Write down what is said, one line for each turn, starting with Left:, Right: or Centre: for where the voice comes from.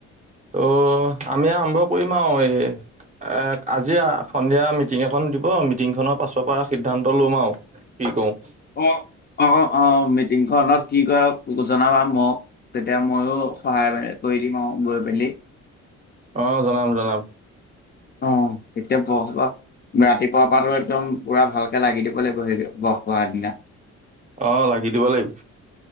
Right: ত' আমি আৰম্ভ কৰিম আৰু এই এ আজি সন্ধিয়া মিটিং এখন দিব, মিটিংখনৰ পাছৰ পৰা সিদ্ধান্ত লম আৰু কি কৰোঁ?
Left: অ, অ, অ, অ মিটিং। ঘনত কি কৰা জনাবা মোক তেতিয়া ময়ো সহায় কৰি দিম আৰু গৈ পেলি।
Right: অ, জনাম জনাম।
Left: অ, এতিয়া বৰ সবাহ ৰাতিপুৱাৰ পৰাতো একদম পুৰা ভালকে লাগি দিব লাগিব সেই বৰ সবাহৰ দিনা।
Right: অ, লাগি দিব লাগিব।